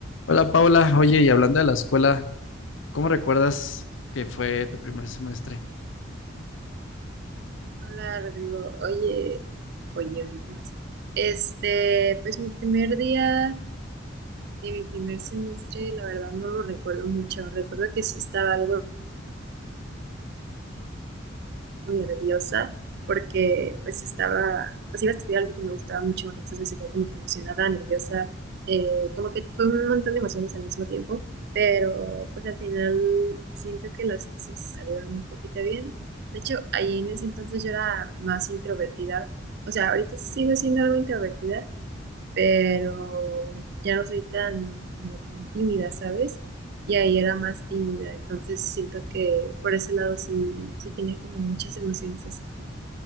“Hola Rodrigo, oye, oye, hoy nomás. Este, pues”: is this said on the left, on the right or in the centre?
Right